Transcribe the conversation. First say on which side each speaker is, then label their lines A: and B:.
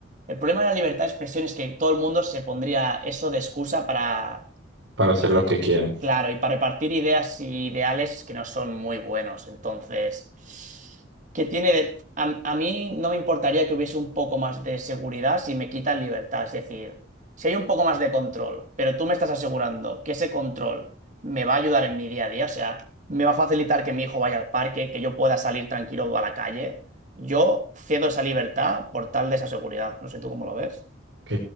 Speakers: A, on the right; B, on the right.
A: El problema de la libertad de expresión es que todo el mundo se pondría eso de excusa para
B: para hacer
A: yo-
B: lo que quieran.
A: claro, y para repartir ideas y ideales que no son muy buenos. Entonces, ¿qué tiene de...? A, a mí no me importaría que hubiese un poco más de seguridad si me quitan libertad. Es decir, si hay un poco más de control, pero tú me estás asegurando que ese control me va a ayudar en mi día a día, o sea, me va a facilitar que mi hijo vaya al parque, que yo pueda salir tranquilo a la calle, yo cedo esa libertad por tal de esa seguridad. No sé tú cómo lo ves.
B: Ok,